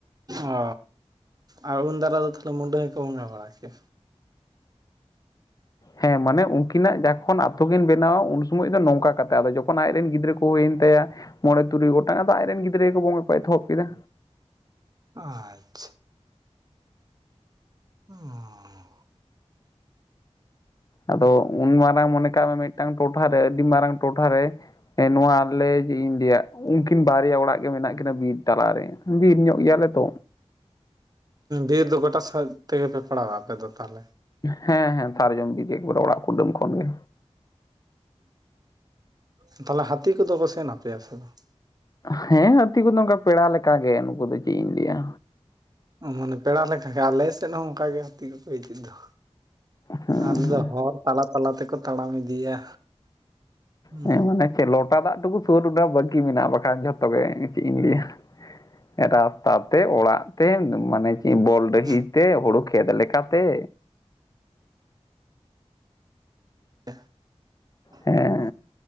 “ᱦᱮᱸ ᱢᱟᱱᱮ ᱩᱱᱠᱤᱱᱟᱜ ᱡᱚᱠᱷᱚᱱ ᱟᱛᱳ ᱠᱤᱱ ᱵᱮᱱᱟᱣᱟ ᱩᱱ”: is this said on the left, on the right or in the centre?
Left